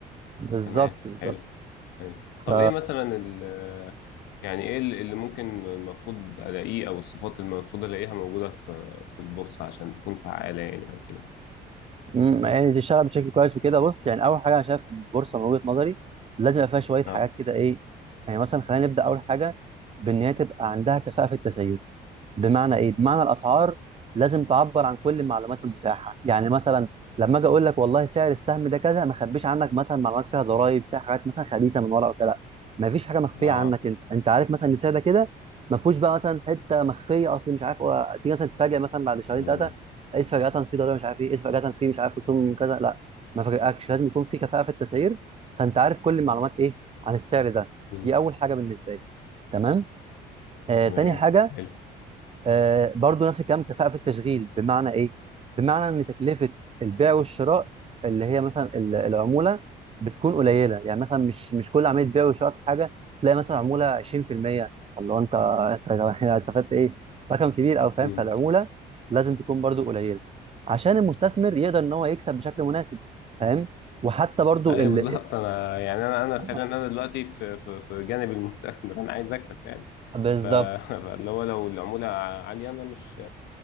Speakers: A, on the right; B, on the left.
A: بالظبط
B: تمام
A: بالظبط
B: حلو حلو طب
A: ف
B: إيه مثلا ال يعني إيه اللي اللي ممكن المفروض ألاقيه أو الصفات اللي المفروض ألاقيها موجودة في في البورصة عشان تكون فعالة يعني أو كده
A: مم، يعني تشتغل بشكل كويس وكده بص يعني اول حاجه انا شايف ان البورصه من وجهه نظري لازم يبقى فيها شويه حاجات
B: اه
A: كده ايه يعني مثلا خلينا نبدا اول حاجه بان هي تبقى عندها كفاءه في التسعير بمعنى ايه بمعنى الاسعار لازم تعبر عن كل المعلومات المتاحه يعني مثلا لما اجي اقول لك والله سعر السهم ده كذا ما اخبيش عنك مثلا معلومات فيها ضرائب فيها حاجات مثلا خبيثه من ورا او كده لا ما فيش حاجه مخفيه
B: اه
A: عنك انت انت عارف مثلا ان السعر ده كده ما فيهوش بقى مثلا حته مخفيه اصل مش عارف هو- تيجي مثلا تتفاجئ مثلا بعد شهرين
B: مم.
A: ثلاثه قيس فجأة في ضريبة مش عارف ايه قيس فجأة في مش عارف رسوم كذا لا ما فاجئكش لازم يكون في كفاءة في التسعير فانت عارف كل المعلومات ايه عن السعر ده
B: مم.
A: دي اول حاجة بالنسبة لي تمام آه
B: تمام
A: تاني حاجة
B: حلو
A: آه، برضو نفس الكلام كفاءة في التشغيل بمعنى ايه؟ بمعنى ان تكلفة البيع والشراء اللي هي مثلا ال- العمولة بتكون قليلة يعني مثلا مش مش كل عملية بيع وشراء في حاجة تلاقي مثلا عمولة 20% اللي هو انت انت <laughs> استفدت ايه؟ رقم كبير او فاهم
B: مم.
A: فالعمولة لازم تكون برضو قليلة عشان المستثمر يقدر ان هو يكسب بشكل مناسب فاهم؟ وحتى برضو
B: ايوه
A: ال...
B: بالظبط انا يعني انا انا
A: آه،
B: فعلا انا دلوقتي في في في جانب المستثمر انا عايز اكسب فعلا
A: بالظبط
B: ف- <laughs> فاللي هو لو العموله عاليه انا مش